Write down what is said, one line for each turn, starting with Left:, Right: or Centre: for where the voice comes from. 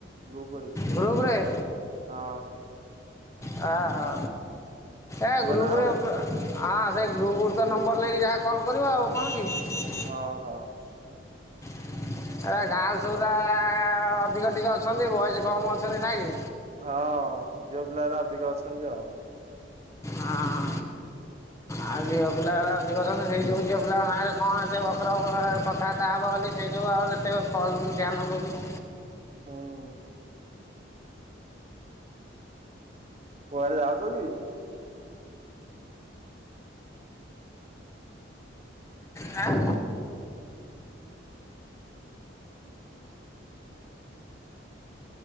Right: ଗ୍ରୁପ ହେଇଛି।
Left: ଗ୍ରୁପରେ
Right: ହଁ।
Left: ଅହୋ ଏ
Right: ତମେ
Left: ଗ୍ରୁପରେ
Right: ନାହଁ
Left: ପା ହଁ ସେଇ ଗ୍ରୁପ୍ ରୁ ତ ନମ୍ବର ନେଇକି ଯାହା କଲ୍ କରିବା ଆଉ କଣ କି?
Right: ଓହୋ।
Left: ଏରେ ଗାର୍ଲସ ଗୁରା ଅଧିକ ଟିକେ ଅଛନ୍ତି ବଏସ କମ ଅଛନ୍ତି ନାଇଁ।
Right: ହଁ ଝିଅ ପିଲାଗରା ଅଧିକ ଅଛନ୍ତି ଆଉ
Left: ହାଁ। ଆଉ ଝିଅ ପିଲାବେ ଅତି କରଛନ୍ତି ସେଇ ଯେଉଁ ଝିଅ ପିଲାଙ୍କ ନାଁରେ କଣ ଏତେ ବକର ବକର କଥା ତାପରେ କାଲି ସେଇଟ ଆ ଯେତେ କଲ ଧ୍ୟାନଦଉନି।
Right: ହଁ। କୁଆଡେ ଯାଉଛନ୍ତି?
Left: ହଁ।